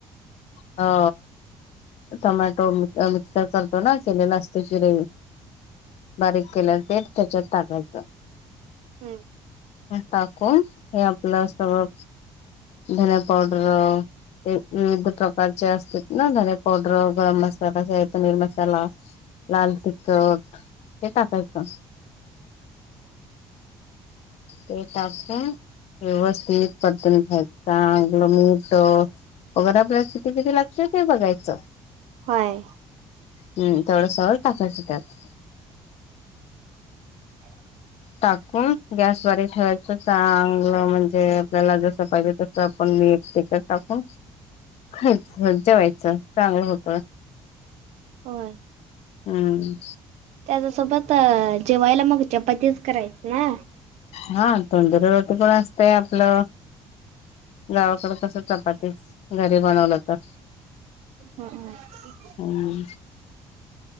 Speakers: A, on the left; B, on the right.
A: हो टोमॅटो मिक्सर करतो ना केलेला असते कि रेवी बारीक केल्यावर ते त्याच्यात टाकायचं
B: हम्म
A: टाकून हे आपलं सगळ धने पावडर ते विविध प्रकारचे असते ना धने पावडर गरम मसाला ज <unintelligible> पनीर मसाला
B: ह <inaudible>
A: लाल तिखट हे टाकायचं
B: ह <inaudible> <inaudible>
A: ते टाकत व्यवस्थित पद्धन्याय चांगलं मोठ वगर आपल्याला किती किती लागते आहे बघायचं
B: वय
A: हम् तेथवढं <unintelligible> सरळ टायच त्यात
B: ह <inaudible>
A: टाकून गॅसवारी ठेवायच चांगलं म्हणजे आपल्याला जस पाहिजे तस आपण मी एके टाकून खायच जेवायचं चांगलं होत
B: होय
A: हम्म
B: त्याच्यासोबत जेवायला मग चपातीच करायच ना
A: हा तोंदुरी रोटी पण असतेय आपलं गावाकडे कस चपाती घरी बनवलं तर
B: हम <inaudible>
A: हम्